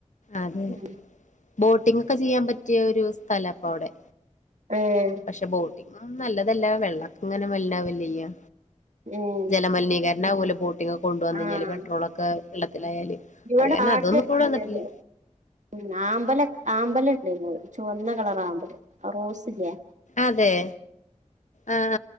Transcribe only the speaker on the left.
അതെ
ബോട്ടിംഗ് ഒക്കെ ചെയ്യാൻ പറ്റിയ ഒരു സ്ഥലാപ്പ അവിടെ
പക്ഷെ ബോട്ട നല്ലതല്ല വെള്ളൊക്ക ഇങ്ങനെ <unintelligible> ഇല്ല്യാ
ജലമലിനീകരണാവൂലോ കൊണ്ടുവന്നു കഴിഞ്ഞാല്
പെട്രോളൊക്കെ <unintelligible>
അത് കാരണം
അതൊന്നും ഇപ്പോഴും വന്നിട്ടില്ല
അതെ ആഹ